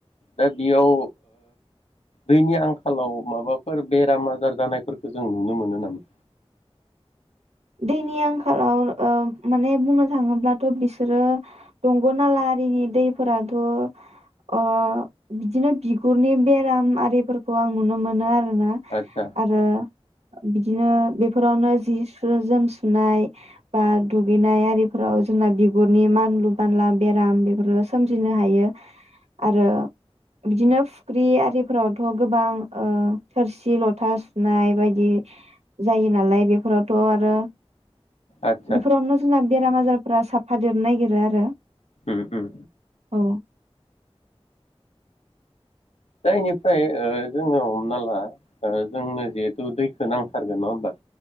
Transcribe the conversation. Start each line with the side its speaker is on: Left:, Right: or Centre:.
Left: दा बेयाव दैनि आंखालाव माबाफोर बेराम आजार जानायफोरखौ जों नुनो मोनो नामा?
Right: दैनि आंखालाव माने बुंनो थाङोब्लाथ' बिसोरो दंग'नाला आरिनि दैफोराथ' ओ बिदिनो बिगुरनि बेराम आरिफोरखौ आं नुनो मोनो आरो। आरो।
Left: आदसा
Right: बिदिनो बेफोरावनो जि। जोम सुनाय बा दुगैनाय आरिफोराव जोंना बिगुरनि मानलु बानला बेराम बेफोरो सोमजिनो हायो आरो बिदिनो फुख्रि आरिफोरावथ' गोबां थोरसि लथा सुनाय बायदि। जायो नालाय बेफोराव थ'आरो।
Left: आदसा
Right: बेफोरावनो जोंना बेराम आजारफोरा साफा देरनो नागिरो आरो।
Left: उम उम।
Right: औ
Left: जायनिफ्राय जोङो हमना ला जोंनो जिहेथु दैखौ नांथारगोन नङा होमबा।